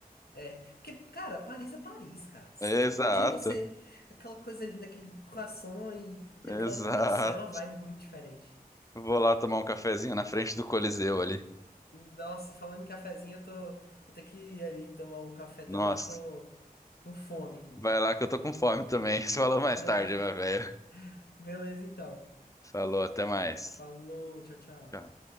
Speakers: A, on the left; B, on the left.
A: É, porque, cara, Paris é Paris, cara.
B: Exato,
A: Todo dia você. Aquela coisa ali naquele croissant e, e
B: exato.
A: aquela. Nossa, é uma vibe muito diferente.
B: Vou lá tomar um cafezinho na frente do Coliseu ali.
A: Nossa, falando em cafezinho, eu tô. Vou ter que ir ali tomar um café também,
B: Nossa,
A: que eu tô com fome aqui.
B: vai lá que eu tô com fome também. <laughs> falou mais
A: É,
B: tarde, meu velho.
A: beleza então.
B: Falou, até mais.
A: Falou, tchau, tchau.
B: Tchau.